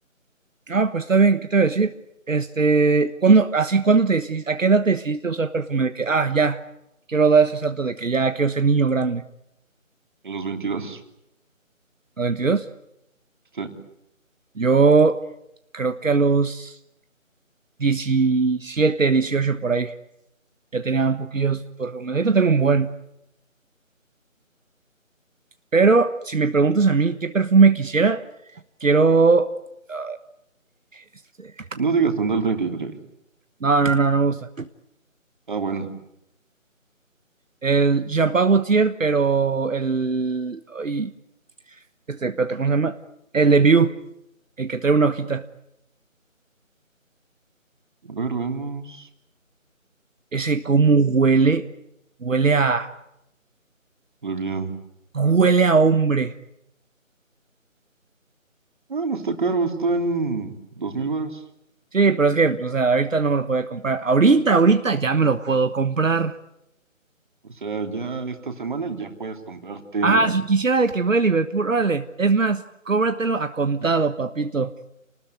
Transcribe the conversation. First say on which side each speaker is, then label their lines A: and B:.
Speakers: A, on the right; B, on the right.
A: Ah, pues está bien, ¿qué te voy a decir? Este, ¿cuándo, así, cuándo te decidiste, a qué edad te decidiste usar perfume? De que, ah, ya, quiero dar ese salto de que ya quiero ser niño grande.
B: En los veintidós
A: ¿A 22?
B: sí.
A: Yo creo que a los 17, 18 por ahí, ya tenía un poquillos perfume. Ahorita tengo un buen. Pero si me preguntas a mí qué perfume quisiera, Quiero. ay, este,
B: No digas tan el treinta y tres
A: no, no, no, no me gusta.
B: Ah, bueno.
A: El Jean-Paul Gaultier, pero el. ay, este, espérate, ¿cómo se llama? El de View, el que trae una hojita.
B: A ver, veamos.
A: Ese, ¿cómo huele? Huele a.
B: Debía...
A: Huele a hombre.
B: Ah, no está caro, está en 2000 varos.
A: Sí, pero es que, o sea, ahorita no me lo podía comprar. Ahorita, ahorita ya me lo puedo comprar.
B: O sea, ya esta semana ya puedes comprarte...
A: Ah, si quisiera de que voy a Liverpool, órale. Es más, cóbratelo a contado, papito.